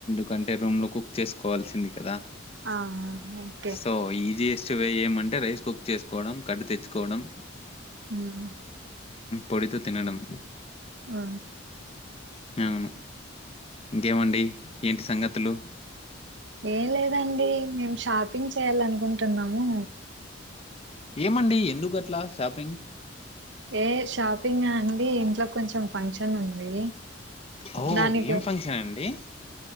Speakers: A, on the left; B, on the right.
A: కంటే రూమ్లో కుక్ చేస్కోవాల్సింది కదా
B: ఆహా
A: సో ఈజియెస్ట్ వే ఏమంటే రైస్ కుక్ చేసుకోవడం కట్టు తె చేస్కోవడం
B: మ్మ్
A: పొడితో తినడం
B: ఆ
A: అవును ఇంకేమండి ఏంటి సంగతులు
B: ఏం లేదండి మేము షాపింగ్ చేయాలనుకుంటున్నాము
A: ఏమండి ఎందుకు అట్లా షాపింగ్
B: ఏ షాపింగా అండి ఇంట్లో కొంచెం ఫంక్షన్ ఉంది
A: ఔ
B: దానికి
A: ఏం ఫంక్షన్ అండి